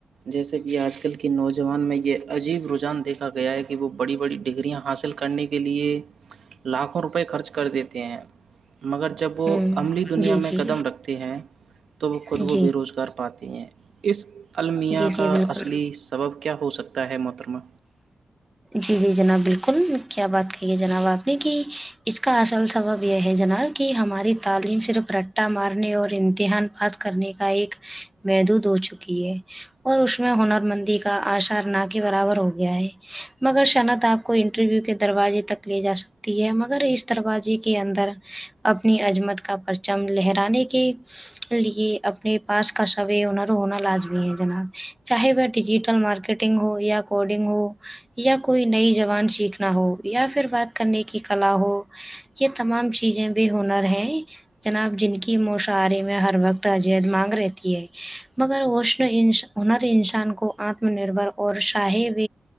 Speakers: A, on the right; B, in the centre.
A: جیسے کہ آج کل کے نوجوان میں یہ عجیب رجحان دیکھا گیا ہے کہ ب وہ بڑی بڑی ڈگریاں حاصل کرنے کے لیے لاکھوں روپئے خرچ کر دیتے ہیں مگر جب وہ
B: ہوں
A: عملی دنیا
B: جی جی
A: میں قدم رکھتے ہیں تو وہ خود
B: جی
A: کو بے روزگار پاتی ہیں اس المیا
B: جی
A: کا
B: جی بالکل
A: اصلی سبب کیا ہو سکتا ہے محترمہ
B: جی جی جناب بالکل کیا بات کہیے جناب آپ نے کہ اس کا اصل سبب یہ ہے جناب کہ ہماری تعلیم صرف رٹا مارنے اور امتحان پاس کرنے کا ایک محدود ہو چکی ہے اور اس میں ہنر مندی کا آشار نہ کے برابر ہو گیا ہے مگر صنعت آپ کو انٹرویو کے دروازے تک لے جا سکتی ہے مگر اس دروازے کے اندر اپنی عظمت کا پرچم لہرانے کی لئے اپنے پاس کا سوے انرو ہونا لازمی ہے جناب چاہے وہ ڈیجیٹل مارکیٹ نگ ہو یا کوڈنگ ہو یا کوئی نئی زبان سیکھنا ہو یا پھر بات کرنے کی کلا ہو یہ تمام چیزیں بھی ہنر ہے جناب جن کی مشاعاری میں ہر وقت اجیت مانگ رہتی ہے مگر وشن ان ہنر انسان کو آتم نربھر اور شاہ و